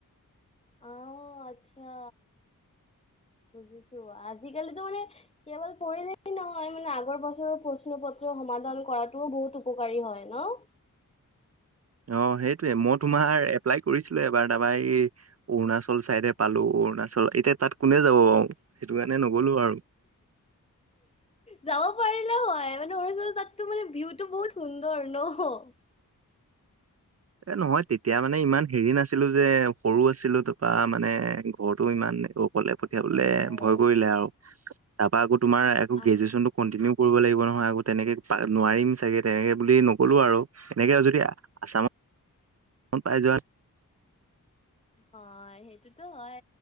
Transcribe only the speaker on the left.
অহ, আচ্ছা। বুজিছো আজিকালিতো মানে কেৱল পঢ়িলে নহয় মানে আগৰ বছৰৰ প্ৰশ্ন পত্ৰ সমাধান কৰাটোও বহুত উপকাৰী হয় ন'?
যাব পাৰিলা হয় মানে অৰুণাচল তাততো মানে ভিউটো বহুত সুন্দৰ ন', <inaudible>
অ'।
আৰু
হয়, সেইটোতো হয়